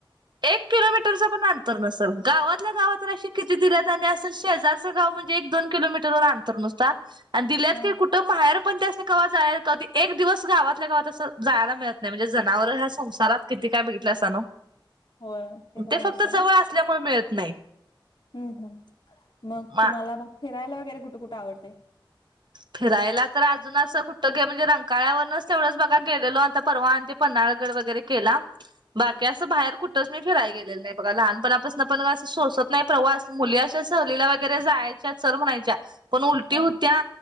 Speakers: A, on the right; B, on the left.
A: एक किलोमीटरचा पण अंतर नसल, गावातल्या गावात अशी किती दिल्यात आणि असं शेजारचं गाव म्हण एक दोन किलोमीटर वर अंतर नुसता अन दिल्यात
B: हा
A: की कुठं माहेर पण त्यासनी कवा जाय कधी एक दिवस गावातल्या गावात असं जायला मिळत नाही म्हणजे जनावरं ह्यां संसारात किती काय बघितलं असंनो
B: <inaudible> तर
A: ते
B: आहे
A: फक्त
B: सोडा.
A: जवळ असल्यामुळे मिळत नाही.
B: हूं हूं मग
A: मा
B: तुम्हाला मग फिरायला वगैरे कुठ कुठ आवडतय.
A: फिरायला तर अजून असं कुठं गे म्हणजे रंकाळ्यावरनच तेवढंच बघा गेलेलो आता परवान ते पन्हाळगड वगैरे केला.
B: <inaudible>
A: बाकी असं बाहेर कुठ च मी फिराय गेले नाही बघा लहानपणापासून पण सोसत नाही प्रवास, मुली अशा सहलीला वगैरे जायांच्या चल म्हणायच्या, पण उलटी
B: हा.
A: होत्या